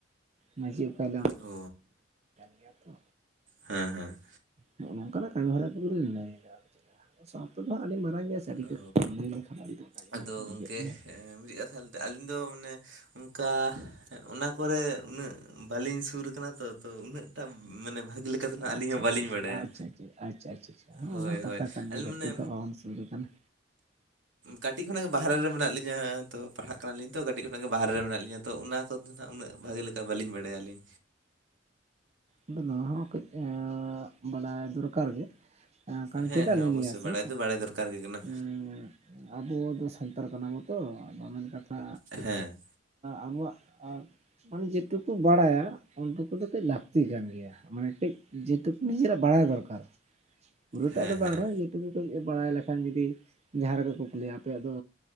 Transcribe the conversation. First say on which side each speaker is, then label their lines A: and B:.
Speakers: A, on the right; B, on the right.
A: ᱢᱟᱹᱡᱷᱤ <unintelligible> ᱠᱟᱱ
B: ᱚ
A: ᱜᱮᱭᱟ ᱛᱚ
B: ᱦᱮᱸ ᱦᱮᱸ
A: ᱱᱚᱜᱼᱚ ᱱᱚᱝᱠᱟᱱᱟᱜ ᱠᱟᱹᱢᱤ ᱦᱚᱨᱟ ᱠᱚᱜᱮᱞᱤᱧ ᱞᱟᱹᱭᱫᱟ ᱥᱟᱶᱛᱟ ᱫᱚ ᱟᱹᱰᱤ ᱢᱟᱨᱟᱝ ᱜᱮᱭᱟ ᱪᱟᱹᱰᱤ
B: ᱚ
A: ᱠᱚ ᱠᱟᱹᱢ ᱞᱮᱠᱷᱟᱱᱠᱚ
B: ᱟᱫᱚ
A: <unintelligible> ᱵᱩᱡᱷᱟᱹᱜ
B: ᱜᱚᱝᱠᱮ
A: ᱜᱮᱭᱟ᱾
B: ᱢᱤᱫᱴᱤᱡ ᱠᱟᱛᱷᱟ ᱞᱟᱹᱭᱛᱮ ᱟᱹᱞᱤᱧ ᱫᱚ ᱢᱟᱱᱮ ᱚᱱᱠᱟ ᱚᱱᱟ ᱠᱚᱨᱮ ᱩᱱᱟᱹᱜ ᱵᱟᱹᱞᱤᱧ ᱥᱩᱨ ᱠᱟᱱᱟ ᱛᱚ ᱟᱫᱚ ᱩᱱᱟᱹᱜᱴᱟᱜ ᱢᱟᱱᱮ ᱵᱷᱟᱜᱤ ᱞᱮᱠᱟ ᱫᱚ ᱱᱟᱜ
A: ᱚ
B: ᱟᱹᱞᱤᱧ
A: ᱟᱪᱪᱷᱟ
B: ᱦᱚᱸ
A: ᱟᱪᱷᱟ
B: ᱵᱟᱹᱞᱤᱧ
A: ᱪᱷᱟ
B: ᱵᱟᱰᱟᱭᱟ
A: ᱟᱪᱪᱷᱟ ᱟᱪᱪᱷᱟ ᱟᱪᱪᱷᱟ ᱟ
B: ᱦᱳᱭ
A: ᱚᱱᱟ ᱠᱟᱛᱷᱟ
B: ᱦᱳᱭ ᱟᱹᱞᱤᱧ
A: ᱜᱮᱭᱟ
B: ᱢᱟᱱᱮ
A: ᱡᱚᱛᱚ ᱫᱚ ᱵᱟᱵᱚᱱ ᱥᱚᱫᱩᱨ ᱠᱟᱱᱟ
B: ᱠᱟᱹᱴᱤᱡ ᱠᱷᱚᱱᱟᱜ ᱜᱮ ᱵᱟᱦᱨᱮ ᱨᱮ ᱢᱮᱱᱟᱜ ᱞᱤᱧᱟᱹ᱾ ᱛᱚ ᱯᱟᱲᱦᱟᱜ ᱠᱟᱱᱟᱞᱤᱧ ᱛᱚ ᱠᱟᱹᱴᱤᱡ ᱠᱷᱚᱱᱟᱜ ᱜᱮ ᱵᱟᱦᱨᱮ ᱨᱮ ᱢᱮᱱᱟᱜ ᱞᱤᱧᱟᱹ᱾ ᱛᱚ ᱛᱚ ᱚᱱᱟ ᱠᱚᱫᱚ ᱱᱟᱜ ᱩᱱᱟᱹᱜ ᱵᱷᱟᱜᱮ ᱞᱮᱠᱟ ᱵᱟᱹᱞᱤᱧ ᱵᱟᱲᱟᱭᱟᱞᱤᱧ
A: ᱟᱫᱚ ᱱᱚᱣᱟ ᱦᱚᱸ ᱠᱟᱹᱡ ᱟ ᱵᱟᱲᱟᱭ ᱫᱚᱨᱠᱟᱨ ᱜᱮ
B: ᱦᱮᱸ
A: ᱪᱮᱫᱟᱜ
B: ᱦᱮᱸ
A: ᱞᱤᱱ
B: ᱚᱵᱚᱥᱥᱳᱭ
A: ᱞᱟᱹᱭ ᱟᱥᱮ
B: ᱵᱟᱲᱟᱭ ᱫᱚ ᱵᱟᱲᱟᱭ ᱫᱚᱨᱠᱟᱨ ᱜᱮ ᱠᱟᱱᱟ
A: ᱮᱸᱻ ᱟᱵᱚ ᱫᱚ ᱥᱟᱱᱛᱟᱲ ᱠᱟᱱᱟᱵᱛᱚ ᱟᱫᱚ ᱢᱮᱱ ᱠᱟᱛᱷᱟ
B: ᱦᱮᱸ
A: ᱟᱵᱚᱣᱟᱜ ᱢᱟᱱᱮ ᱡᱮᱴᱩᱠᱩ ᱵᱟᱲᱟᱭᱟ ᱩᱱᱴᱩᱠᱩ ᱫᱚ ᱠᱟᱹᱡ ᱞᱟᱵᱷ ᱞᱟᱹᱠᱛᱤ ᱠᱟᱱ ᱜᱮᱭᱟ ᱢᱟᱱᱮ ᱠᱟᱹᱡ ᱡᱮᱴᱩᱠᱩ ᱱᱤᱡᱮᱨᱟᱜ ᱵᱟᱲᱟᱭ ᱫᱚᱨᱠᱟᱨ ᱯᱩᱨᱟᱹᱴᱟᱜ
B: ᱦᱮᱸ
A: ᱫᱚ
B: ᱦᱮᱸ
A: ᱵᱟᱝᱨᱮᱦᱚᱸ ᱴᱩ ᱠᱟᱹᱡ ᱵᱟᱲᱟᱭ ᱞᱮᱠᱷᱟᱱ ᱡᱩᱫᱤ ᱡᱟᱦᱟᱸ ᱨᱮᱜᱮ ᱠᱚ ᱠᱩᱞᱤᱭᱤᱭᱟ ᱟᱯᱮᱭᱟᱜ ᱫᱚ